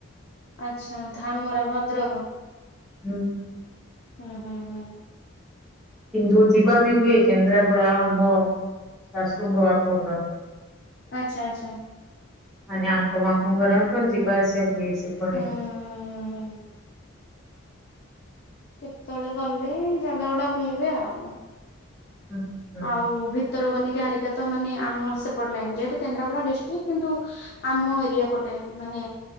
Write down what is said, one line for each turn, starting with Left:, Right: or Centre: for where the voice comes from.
Left: ଆଚ୍ଛା ଧାମରା ଭଦ୍ରକ।
Centre: ହୁଁ
Left: ହୁଁ ହୁଁ ହୁଁ
Centre: କିନ୍ତୁ ଯିବା ବି ହୁଏ କେନ୍ଦ୍ରାପଡା ଆମ ଶାଶୁଙ୍କ ବାପଘର
Left: ଆଚ୍ଛା ଆଚ୍ଛା
Centre: ମାନେ ଆଙ୍କ ମାମୁଁ ଘର ତ ଯିବା ଆସିବା ହୁଏ ସେପଟେ।
Left: ହୁଁ କେତେବେଳେ ଗଲେ ଜାଗା ଗୁଡା ବୁଲିବେ ଆଉ
Centre: ହୁଁ ହୁଁ
Left: ଆଉ ଭ। ଉତ୍ତର କନିକା ହାରିକା ତ ମାନେ ଆମ ଆସେ ପଡିଲାଣି ଯେହେତୁ କେନ୍ଦ୍ରାପଡା ଡିଷ୍ଟ୍ରିକ୍ଟ କିନ୍ତୁ ଆମ ଏରିଆ ପଟେ ମାନେ